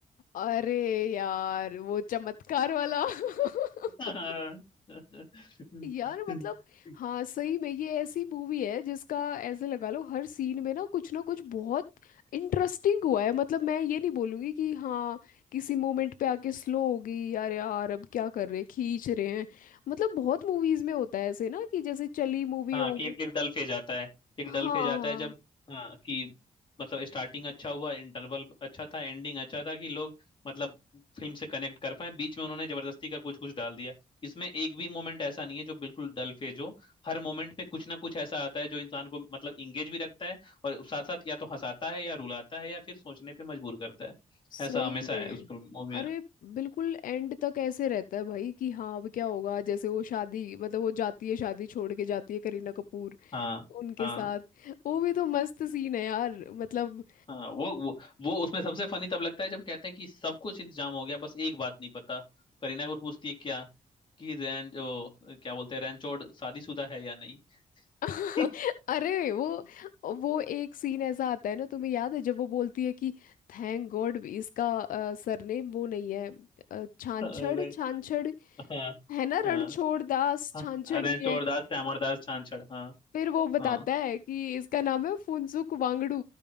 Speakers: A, on the left; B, on the left.
A: अरे यार वो चमत्कार वाला <laughs>
B: <laughs>
A: यार मतलब हाँ सही में ये ऐसी मूवी है जिसका ऐसे लगा लो हर सीन में ना कुछ ना कुछ बहुत इंटरेस्टिंग हुआ है मतलब मैं ये नहीं बोलूंगी कि हाँ किसी मोमेंट पे आके स्लो हो गई यार यार अब क्या कर रहे हैं, खींच रहे हैं मतलब बहुत मूवीज में होता है ऐसे ना कि जैसे चली मूवी
B: हाँ
A: और
B: कि एक, एक डल फेज आता है एक
A: हाँ
B: डल फेज आता
A: हाँ
B: है जब हाँ कि मतलब स्टार्टिंग अच्छा हुआ इंटरवल अच्छा था एंडिंग अच्छा था कि लोग मतलब फिल्म से कनेक्ट कर पाए बीच में उन्होंने जबरदस्ती का कुछ कुछ डाल दिया इसमें एक भी मोमेंट ऐसा नहीं है जो बिल्कुल डल फेज हो हर मोमेंट पे कुछ ना कुछ ऐसा आता है जो इंसान को मतलब इंगेज भी रखता है और साथ साथ या तो हंसाता है या रुलाता है या फिर सोचने पे मजबूर करता है
A: सही
B: ऐसा हमेशा
A: में
B: है उस फिल्म मूवी
A: अरे
B: में
A: बिल्कुल एंड तक ऐसे रहता है भाई कि हाँ अब क्या होगा जैसे वो शादी मतलब वो जाती है शादी छोड़ के जाती है करीना कपूर
B: हाँ
A: उनके
B: हाँ
A: साथ वो भी तो मस्त सीन है यार मतलब
B: हाँ वो वो वो उसमें सबसे फनी तब लगता है जब कहते हैं कि सब कुछ इंतजाम हो गया बस एक बात नहीं पता करीना कपूर पूछती है क्या कि रैन ओ, क्या बोलते हैं रैनचोड़ शादीशुदा है या नहीं
A: <laughs>
B: <laughs>
A: अरे वो वो एक सीन ऐसा आता है ना तुम्हें याद है जब वो बोलती है कि थैंक गॉड इसका सरनेम वो नहीं है अ, छांछड़
B: अरे
A: छांछड़
B: हाँ
A: है ना रणछोड़
B: हाँ
A: दास
B: हाँ
A: छांछड़
B: रैनचोड़
A: नहीं है
B: दास श्यामर दास छांछड़ हाँ
A: फिर वो बताता
B: हाँ
A: है कि इसका नाम है फुनसुक वांगडू